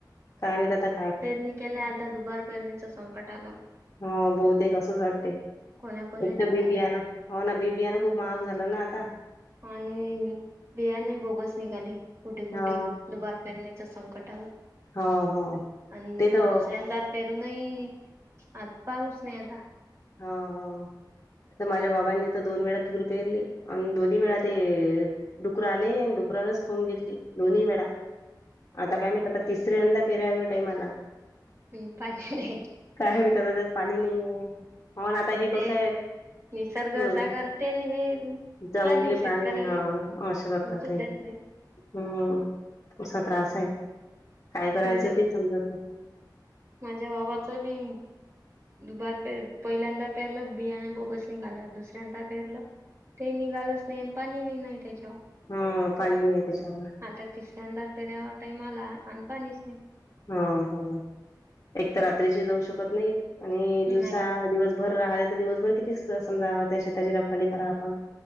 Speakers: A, on the left (about 50°); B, on the right (about 35°).
A: कायम आ
B: पेरणी केल्या आणिंत दुबार पेरणीचं संकट आलं.
A: ह बहूतेक आसंच वाटते
B: कोण्या कोण्या
A: एक तर
B: ठिकाणी
A: बीबी आहे ना. हो ना बी बीयान खूप महाग झालं ना आता.
B: आणि बियाणे बोगस निघाले कुठे कुठे
A: हा
B: दुबार परणे. संकट आलं
A: हो हो ते तर
B: दुसऱ्यांद पेरू नाही ई आत पाऊस नाही आता.
A: हो हो. तर माझ्या बाबांनी तर दोन वेळा टूर पेरली आणि दोन्ही वेळा ते डुकररां आले आणि डुकरानच खाऊन घेतली दोन्ही वेळा. आता काय मा आता तिसऱ्यांदा पेरा्यावर टाईम आला..
B: हम्म पाणी नाही
A: काय मतात त्यात पाणी नाहीये. मण आता हे
B: ते
A: कस
B: निसर्ग
A: हम्म.
B: असा करते आणि हे
A: जंगली
B: प्राणी शेतकऱ्याला
A: पाणी हा असे करतात
B: रुचूच
A: हे.
B: देत नाही
A: हम्म असा त्रास आहे काय करायचं
B: माझ्या
A: ते समजत नाही.
B: माझ्या वावाच बी. दुबार प पहिल्यांदा पेरलं बिया बोगस निघाल दुसऱ्यांदा पेरलं. ते निघालच नाही आणि पाणी वि नाही त्याच्यावर
A: हम पाणी य त्याच्यार.
B: आता तिसऱ्यांदा पेरण्या टाईमआणनपाणीच नाही.
A: हम्म हम्म एक तर रात्रीची जाऊ शकत नाहीत. आणि दिवसा
B: नाही
A: दिवसभर राहिले तर दिवसभर किती समजावा त्या शेताची रखावाली करा आपण